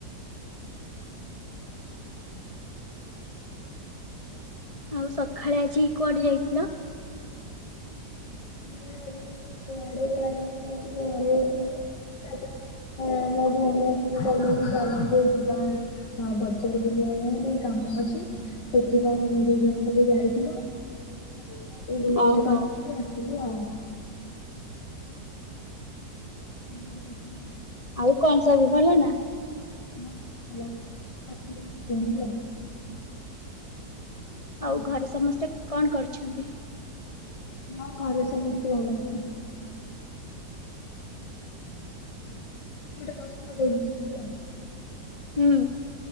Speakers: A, on the left; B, on the left.
A: <inaudible>
B: ଆଉ ସଖାଳେ ଆଜି କୁଆଡେ ଯାଇଥିଲ?
A: ମୁଁ ଆଜି କୁଆଡ଼େ ଯାଉନି ଏମିତି ଘରେ ଥିଲି ତାଜା ହଁ ମୋ ଭଉଣୀ ଆସିକି କହିଲେ କି ଚାଲେ ଟିକେ ଯିବା। ହ ବଜାର ବୁଲିବା ପାଇଁ ଟିକେ କାମ ଅଛି ସେଥିପାଇଁ ଆମେ ଦି ଜଣ ଟିକେ ଯାଇଥିଲୁ। <inaudible> ବୁଲାବୁଲି
B: ଓହୋ
A: କରିକି ଆସିଲୁ। <inaudible>
B: ଆଉ କଣ ସବୁ ଭଲ ନା?
A: <unintelligible> ହଁ,
B: ଆଉ ଘରେ ସମସ୍ତେ କଣ କରଛନ୍ତି?
A: ହଁ ଘରେ ସମସ୍ତେ ଭଲ ଅଛନ୍ତି। ଗୋଟେ କଥା କହିବି। ଶୁଭିଲା?
B: ହୁଁ